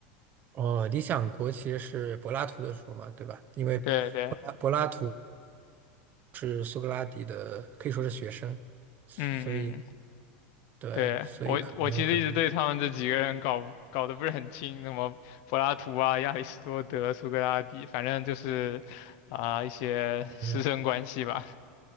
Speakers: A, on the right; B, on the left.
A: 哦，《理想国》其实是柏拉图的书嘛，对吧？因为柏拉柏拉图。
B: 对对，
A: 是苏格拉底的，可以说是学生，所以
B: 嗯嗯，
A: 对，
B: 对，
A: 所以可能很，
B: 我我其实一直对他们这几个人搞搞得不是很清，什么柏拉图啊、亚里士多德、苏格拉底，反正就是啊、一些师生关系吧。
A: 嗯